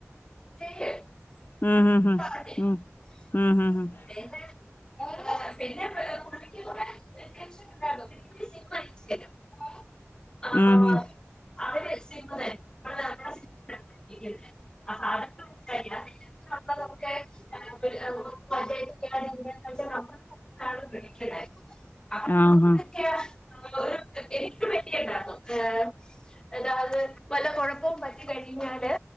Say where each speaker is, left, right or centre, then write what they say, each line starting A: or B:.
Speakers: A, on the left (about 15°); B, on the left (about 40°).
A: ട് <unintelligible> <unintelligible> <unintelligible>
B: ഉം ഹും ഹും ഉം ഉം ഹും ഹും
A: ആഹാ
B: ഉം ഹും
A: അവര് <unintelligible> <unintelligible> <unintelligible> <unintelligible>
B: ആഹ് ഹാ
A: <unintelligible> അതായ്ത് വല്ല കൊഴപ്പോം പറ്റി കഴിഞ്ഞാല്